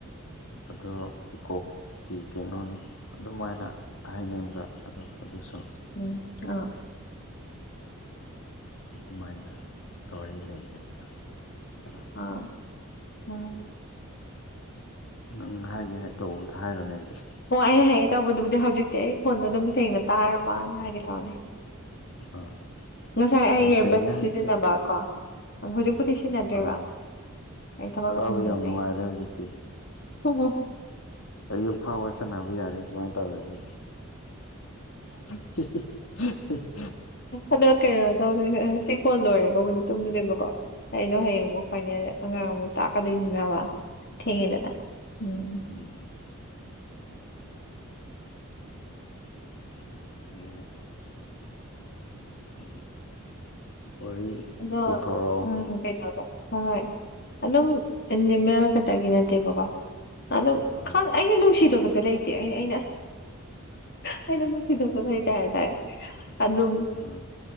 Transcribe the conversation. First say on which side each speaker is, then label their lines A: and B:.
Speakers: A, on the left; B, on the left.
A: ꯑꯗꯣ ꯄꯤꯀꯣ ꯀꯤ ꯀꫯꯅꫭꯅ ꯑꯗꯨꯝꯃꯥꯏꯅ ꯍꯥꯏꯅꯤꯡꯕ ꯑꯗꯣ ꯑꯗꫭꯁꯨ
B: ꯎꯝ ꯑ
A: ꯑꯗꯨꯃꯥꯏꯅ <unintelligible> ꯂꯩꯕꯅꯦꯕ <unintelligible>
B: ꯑꯥ ꯎꯝ
A: ꯅꯪ ꯍꯥꯏꯒꯦ ꯇꯧꯕꯗ ꯍꯥꯏꯔꯨꯅꯦ ꯍꯧꯖꯤꯛ
B: ꯍꯣ ꯑꯩ ꯍꯥꯏꯒꯦ ꯇꯧꯕꯗꯨꯕꯨꯗꯤ ꯍꯧꯖꯤꯛꯇꯤ ꯑꯩ ꯈꯣꯟꯗꯣ ꯑꯗꯨꯝ ꯁꯦꯡꯅ ꯇꯥꯔꯕꯅ ꯍꯥꯏꯒꯦ ꯇꯧꯕꯅꯤ
A: ꯑꯥ
B: ꯉꯁꯥꯏ ꯑꯩ
A: ꯌꯥꯝ
B: ꯏꯔꯕꯠ
A: ꯁꯦꯡꯉꯦ
B: ꯁꯤꯖꯤꯟꯅꯕ
A: ꯍꯧꯖꯤꯛꯇꯤ
B: ꯀꯣ ꯍꯧꯖꯤꯛꯄꯨꯗꯤ
A: ꯎꯝ
B: ꯁꯤꯖꯤꯟꯅꯗ꯭ꯔꯦꯕ
A: ꯑꯥ
B: ꯑꯩ ꯊꯕꯛ
A: ꯇꯥꯕ
B: ꯂꯣꯏꯁꯤꯟꯒꯤꯕꯗꯩꯩ
A: ꯌꯥꯝ ꯅꯨꯡꯉꯥꯏꯔꯦ ꯍꯧꯖꯤꯛꯇꯤ
B: ꯎꯍꯨꯝ
A: ꯑꯌꯨꯛ ꯐꯥꯎꯕ ꯁꯥꯟꯅꯕ ꯌꯥꯔꯦ ꯁꯨꯃꯥꯏ ꯇꯧꯔꯗꯤ <unintelligible>
B: ꯑꯗꯣ ꯀꯩꯅꯣ ꯇꯧꯒꯦ ꯁꯤ ꯀꯣꯜ ꯂꯣꯏꯔꯒꯕꯨꯗꯤ ꯇꯨꯝꯒꯦꯕꯀꯣ ꯑꯩꯗꯣ ꯍꯌꯦꯡ ꯑꯃꯨꯛ ꯐꯪꯅꯦ ꯑꯉꯥꯡ ꯑꯃꯨꯛ ꯇꯥꯛꯀꯗꯣꯏꯅꯤꯕ ꯊꯦꯡꯉꯦꯗꯅ
A: ꯑꯥ
B: ꯎꯝ
A: ꯎꯝ ꯑꯗꯒꯤ ꯎꯝ ꯋꯥꯔꯤ
B: ꯑꯗꯣ
A: ꯄꯨꯊꯣꯔꯛꯑꯣ ꯅꯪ
B: ꯎꯝ ꯀꯩꯅꯣꯗ ꯍꯣꯏ ꯍꯣꯏ ꯑꯗꯨꯝ ꯑꯦꯅꯤꯃꯦꯜ ꯈꯛꯇꯒꯤ ꯅꯠꯇꯦꯕꯀꯣ ꯑꯗꯨ
A: ꯑꯥ
B: ꯈꯪ ꯑꯩꯅ ꯅꯨꯡꯁꯤꯗꯕꯁꯨ ꯂꯩꯇꯦ ꯑꯩ ꯑꯩꯅ ꯑꯩꯅ ꯅꯨꯡꯁꯤꯗꯕ <unintelligible> ꯑꯗꯨꯝ
A: ꯑꯥ